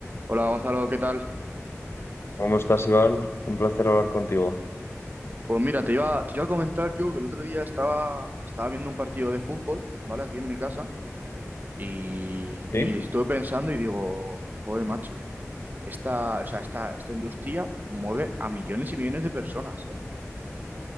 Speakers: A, on the right; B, on the left.
A: Hola Gonzalo, ¿qué tal?
B: ¿Cómo estás, Iván? Un placer hablar contigo.
A: Pues mira, te iba, te iba a comentar yo que el otro día estaba, estaba viendo un partido de fútbol, ¿vale? Aquí en mi casa y, y
B: Sí,
A: estuve pensando y digo, joder, macho, esta, o sea, esta, esta industria mueve a millones y millones de personas, ¿eh?